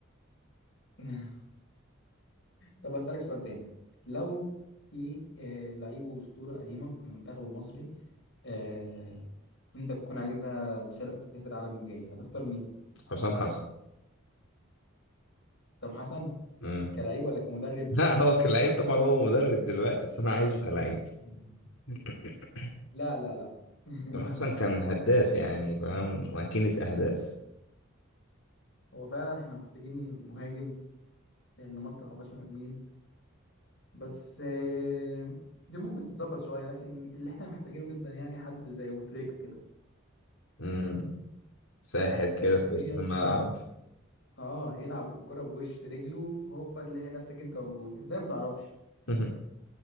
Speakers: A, on the left; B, on the left.
A: <laughs> طب اسالك سؤال تاني لو في آه، لعيب واسطوره قديمه في المنتخب المصري آه، انت تكون عايزه تشارك في كاس العالم الجاي هتختار مين؟
B: حسام حسن
A: سام حسن
B: امم
A: كلاعب
B: <laughs>
A: ولا كمدرب
B: لا هو كلاعب طبعا هو مدرب دلوقتي بس انا عايزه كلاعب
A: مم.
B: <coughs>
A: لا لا لا <laughs>
B: حسام حسن كان هداف يعني فاهم ماكينة اهداف
A: هو فعلا احنا محتاجين مهاجم لان مصر ما فيهاش مهاجمين بس آه، دي ممكن تتظبط شويه لكن اللي احنا محتاجينه جدا يعني حد زي ابو تريكه كده
B: امم ساحر كده
A: حرفيا
B: في وسط الملعب
A: اه يلعب الكره بوش رجله هوبا تلاقي نفسك انت والجون ازاي ما تعرفش
B: <laughs>